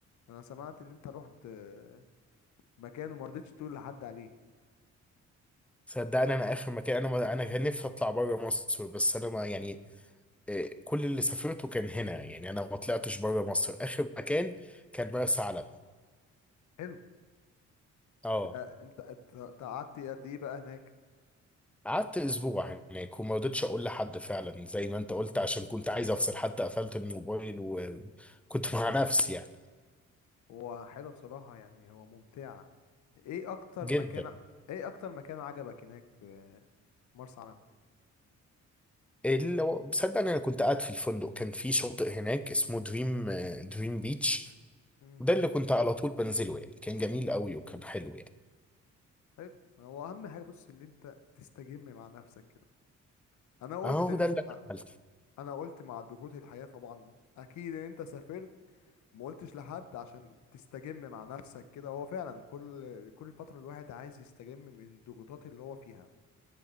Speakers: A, on the left (about 70°); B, in the centre.
A: أنا سمعت إن أنت رحت آه، مكان وما رضيتش تقول لحد عليه
B: صدقني انا اخر مكان انا ما انا كان نفسي اطلع بره مصر بس انا ما يعني إيه، كل اللي سافرته كان هنا يعني انا ما طلعتش بره مصر اخر مكان كان مرسى
A: مم.
B: علم
A: حلو
B: اه
A: ده انت انت أنت قعدت قد ايه بقى هناك
B: قعدت اسبوع هناك وما رضيتش اقول لحد فعلا زي ما انت قلت عشان كنت عايز افصل حتى قفلت الموبايل وكنت مع نفسي يعني
A: هو حلو بصراحة يعني هو ممتعة ايه اكتر
B: جدا
A: مكان ايه اكتر مكان عجبك هناك في مرسى علم
B: اللي هو- صدقني انا كنت قاعد في الفندق كان في شاطئ هناك اسمه دريم دريم بيتش
A: امم
B: وده اللي كنت على طول بنزله يعني كان جميل قوي وكان حلو يعني
A: حلو ما هو اهم حاجة بص اللي انت تستجم مع نفسك كده انا قلت
B: اهو
A: إن...
B: ده اللي أنا
A: أ-
B: عملته.
A: انا قلت مع ضغوط الحياة طبعا اكيد ان انت سافرت وما قلتش لحد عشان تستجم مع نفسك كده هو فعلا كل كل فترة الواحد عايز يستجم من الضغوطات اللي هو فيها